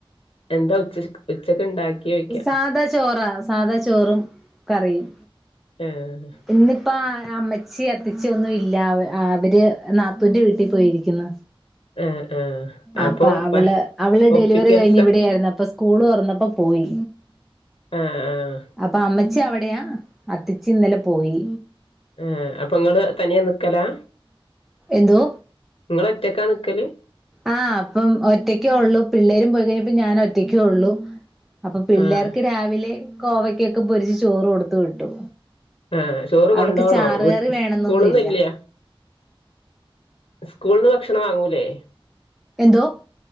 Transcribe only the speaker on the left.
എന്താ ഉച്ചര് ഉച്ചക്ക് ഇണ്ടാക്ക്യോയിക്കാ.
ഏഹ്
ആഹ് ആഹ്
അപ്പം
ഒപ്പിക്കൽസ
ആഹ് ആഹ്
ഏഹ് അപ്പ ഇങ്ങള് തനിയേ നിക്കലാ
ഇങ്ങളൊറ്റക്കാ നിക്കല്
ആഹ്
ആഹ് ചോറ്
കൊണ്ടോണോ
വീ
സ്കൂള്ന്നില്ലേ സ്കൂള്ന്ന് ഭക്ഷണം വാങ്ങൂലേ?